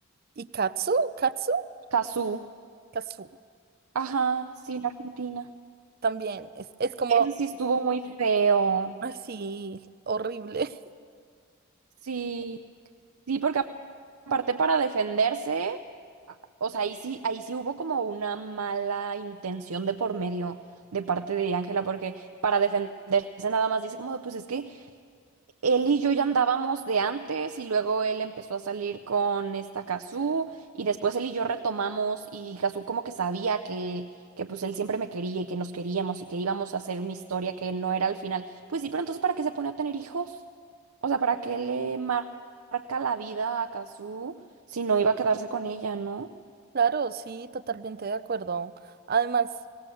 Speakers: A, on the right; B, on the right.
A: Y Katsu, Katsu,
B: Cazú.
A: Katsu.
B: Ajá, sí, la Argentina.
A: También es, es como
B: Eso sí estuvo muy feo.
A: así, horrible. <laughs>
B: Sí, sí, porque a- aparte para defenderse, a- o sea, ahí sí, ahí sí hubo como una mala intención de por medio de parte de Ángela, porque para defenderse nada más dice como, de, pues es que Él y yo ya andábamos de antes y luego él empezó a salir con esta Kazú y después él y yo retomamos y Kazú como que sabía que, que pues él siempre me quería y que nos queríamos y que íbamos a hacer una historia que no era al final. Pues sí, pero entonces ¿para qué se pone a tener hijos? O sea, ¿para qué le mar- marca la vida a Kazú si no iba a quedarse con ella, ¿no?
A: Claro, sí, totalmente de acuerdo. Además...